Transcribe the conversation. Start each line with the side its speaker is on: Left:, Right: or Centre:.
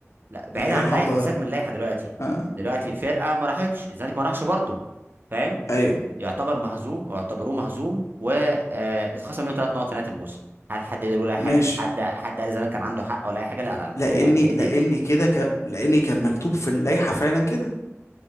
Right: لا بعيد
Left: اللائحة
Right: عن اللائحه
Left: متغيرة
Right: سيبك من اللائحه دلوقتي
Left: آه.
Right: دلوقتي فرقه ما راحتش الزمالك ما راحش برضه فاهم
Left: ايوه
Right: يعتبر مهزوم واعتبروه مهزوم واتخصم منه ثلاث نقط في نهايه الموسم هل حد قدر يقول اي حاجه
Left: ماشي
Right: حد حد قال زمان كان عنده حق ولا اي حاجه لا لا لا
Left: لاني
Right: الدنيا هديت
Left: لاني كده ك... لاني كان مكتوب في اللائحة فعلا كده